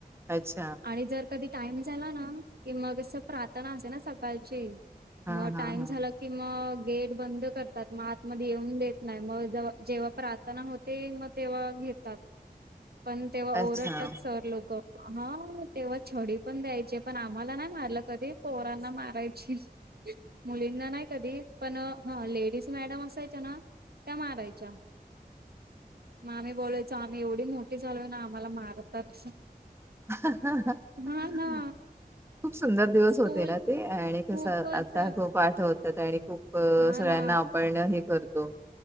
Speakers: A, on the right; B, on the right.
A: अच्छा,
B: आणि जर कधी टाइम झाला ना, की मग असं प्रार्थना असते ना सकाळची
A: हा
B: म
A: हा
B: टाईम
A: हा
B: झाला. कि म गेट बंद करतात, म आतमध्ये येऊन देत नाही, म दवा जेव्हा प्रार्थना होते, मग तेव्हा घेतात, पण तेव्हा
A: अच्छा
B: ओरडतात, सर लोक. हा तेव्हा छडी पण द्यायचे, पण आम्हाला नाही मारलं कधी पोरांना मारायची. मुलींना नाही कधी पण अ हा लेडीज मॅडम असायच्या ना त्या मारायच्या मग आम्ही बोलायचो आम्ही एवढी मोठी झालो ना आम्हाला मारतात.
A: ह <unintelligible>
B: हा ना
A: खूप सुंदर दिवस
B: स्कूल
A: होते ना ते, आणि कसं
B: खूपच
A: आता खूप आठवत होतात आणि खूप सगळ्यांना
B: हा ना,
A: आपना हे करतो.